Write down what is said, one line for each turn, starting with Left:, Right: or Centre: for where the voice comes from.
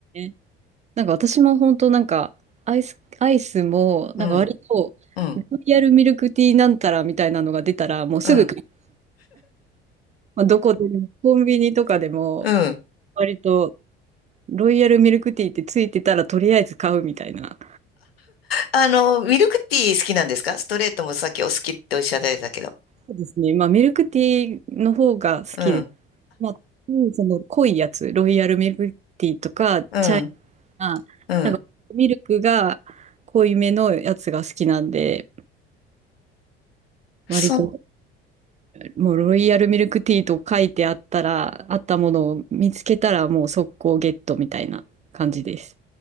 Right: すね。なんか私も本当なんかアイス、アイスもなんか割とロイヤルミルクティーなんたらみたいなのが出たらもうすぐ買う、
Left: うん、うん、うん、
Right: まあ、どこでもコンビニとかでも
Left: うん。
Right: 割とロイヤルミルクティーってついてたらとりあえず買うみたいな。
Left: あの、ミルクティー好きなんですかストレートもさっきお好きっておっしゃられたけど。
Right: そうですね。まあ、ミルクティーの方が好きで、
Left: うん、
Right: まあ、うんその濃いやつ、ロイヤルミルクティーとか、
Left: うん、
Right: チャイナ、
Left: うん。
Right: なんかミルクが濃いめのやつが好きなんで、
Left: そ、
Right: 割ともうロイヤルミルクティーと書いてあったら、あったものを見つけたらもう速攻ゲットみたいな感じです。